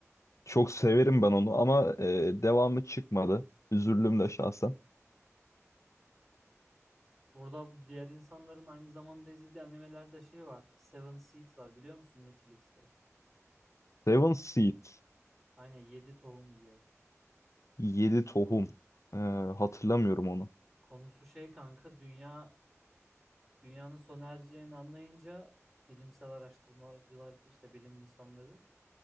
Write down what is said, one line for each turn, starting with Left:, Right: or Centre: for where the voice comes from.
Left: Çok severim ben onu ama ee, devamı çıkmadı. Üzüldüm de şahsen.
Centre: Burada diğer insanların aynı zamanda izlediği animelerde şey var. Seven Seeds var biliyor musun Netflix'te?
Left: Seven Seed.
Centre: Aynen 7 tohum diye.
Left: Yedi tohum. Ee, hatırlamıyorum
Centre: Kon-
Left: onu.
Centre: Konusu şey kanka dünya dünyanın sona ereceğini anlayınca bilimsel araştırmacılar işte bilim insanları